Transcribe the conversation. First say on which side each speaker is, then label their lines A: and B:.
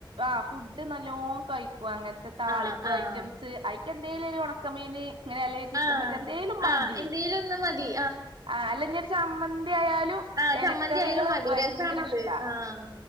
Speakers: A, on the right; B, on the right.
A: ആഹ് ഫുഡ് നല്ലോ കഴിക്കു അങ്ങനത്തെ താളിപ്പ്
B: ആഹ് ആഹ്
A: ഐറ്റംസ് ക്ക് എന്തേലും ഒരു ഉണക്കമീന് ഇങ്ങനെ അല്ല ചിക്കൻ
B: ആഹ്
A: പൊരിച്ച എന്തെലും മതി
B: ആഹ് എന്തേലും ഒന്ന് മതി
A: ആഹ് അല്ല ചമ്മന്തി ആയാലും
B: ആഹ്
A: എലക്കറികള്
B: ചമ്മന്തി ആയാലും മതി
A: ഭയങ്കര
B: രസാണത്
A: ഇഷ്ടാ
B: ആഹ്